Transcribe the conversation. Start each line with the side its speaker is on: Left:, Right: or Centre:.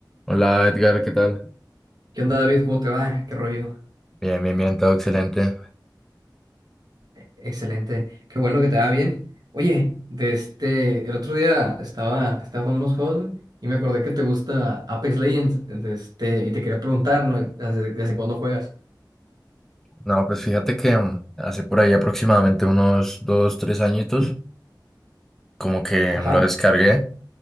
Centre: Hola Edgar, ¿qué tal?
Right: ¿Qué onda, David? ¿Cómo te va? ¿Qué rollo?
Centre: Bien, bien, bien, todo excelente.
Right: Excelente. Qué bueno que te va bien. Oye, de este, el otro día estaba, estaba jugando unos juegos y me acordé que te gusta Apex Legends, de este, y te quería preguntar, ¿no? ¿Desde, desde cuándo juegas?
Centre: No, pues fíjate que mm, hace por ahí aproximadamente unos dos, tres añitos, como que
Right: Ajá,
Centre: lo descargué